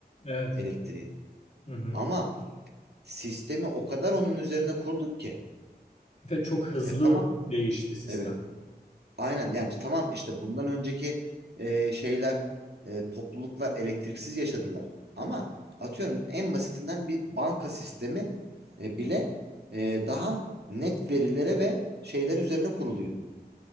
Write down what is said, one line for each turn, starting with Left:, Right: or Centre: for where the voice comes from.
Left: Evet.
Right: elektriğin.
Left: Hı hı.
Right: Ama sistemi o kadar onun üzerine kurduk ki.
Left: Ve çok hızlı
Right: E, tamam.
Left: değişti sistem.
Right: Evet. Aynen yani tamam işte bundan önceki e, şeyler e, topluluklar elektriksiz yaşadılar. Ama atıyorum en basitinden bir banka sistemi e, bile e, daha net verilere ve şeyler üzerine kuruluydu.